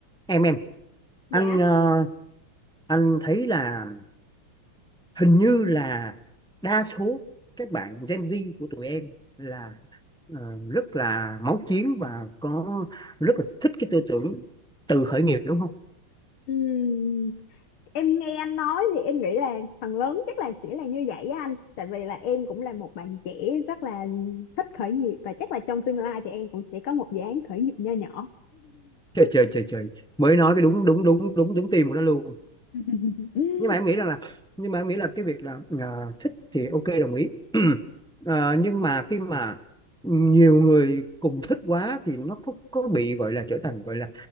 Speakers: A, in the centre; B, on the left.
A: em em
B: Dạ.
A: anh ờ, anh thấy là hình như là đa số các bạn Gen Z của tụi em là ờ, rất là máu chiến và có rất là thích cái tư tưởng tự khởi nghiệp đúng không
B: Ừm, em nghe anh nói thì em nghĩ là phần lớn chắc là sẽ là như vậy á anh. Tại vì là em cũng là một bạn trẻ rất là thích khởi nghiệp và chắc là trong tương lai thì em cũng sẽ có một dự án khởi nghiệp nho nhỏ.
A: trời trời trời trời mới nói cái đúng đúng đúng đúng đúng tim của nó luôn
B: <laughs>
A: nhưng mà em nghĩ
B: <laughs>
A: rằng là nhưng mà em nghĩ là cái việc là à, thích thì ok đồng ý <clears throat> Ờ, nhưng mà khi mà nhiều người cùng thích quá thì nó có, có bị gọi là trở thành gọi là